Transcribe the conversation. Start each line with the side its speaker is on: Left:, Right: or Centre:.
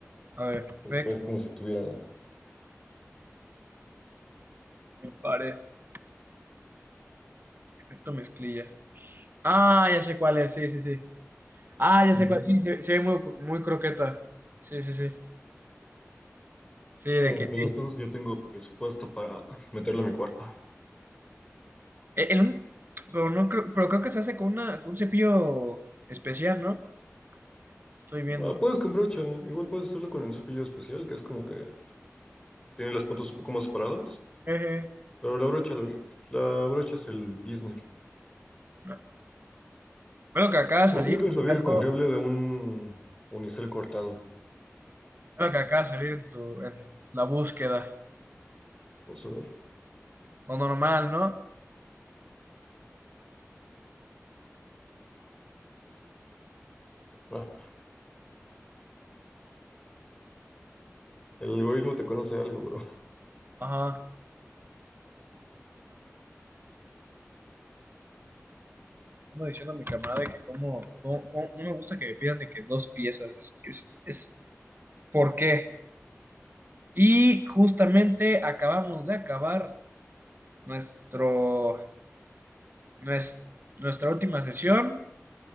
Right: A ver, efecto,
Left: porque parece como si estuviera.
Right: me parece. Efecto mezclilla. Ah, ya sé cuál es, sí, sí, sí. Ah, ya
Left: Ujú.
Right: sé cuál, sí, se, se ve muy, muy croqueta. Sí, sí, sí. Sí, de
Left: Sí,
Right: que.
Left: de las
Right: sí.
Left: cosas que yo tengo presupuesto para meterlo a mi cuarto.
Right: E- en un- pero, no creo, pero creo que se hace con, una, con un cepillo especial, ¿no? Estoy viendo.
Left: Ah, puedes con brocha, igual puedes hacerlo con un cepillo especial, que es como que tiene las puntas un poco más separadas,
Right: Eje.
Left: pero la brocha, la, la brocha es el business.
Right: No. que acaba de salir
Left: O aplicas
Right: buscando.
Left: la vieja confiable de un unicel cortado.
Right: ve que acaba de salir en, tu, en la búsqueda.
Left: Vamos a ver.
Right: Lo normal, ¿no?
Left: Ah, el algoritmo te conoce algo, bro. <laughs>
Right: Ajá. Ando diciendo a mi camarada que como, como, como- no me gusta que me pidan de que dos piezas. Es, es, es ¿por qué? Y justamente acabamos de acabar nuestro, nues- nuestra última sesión.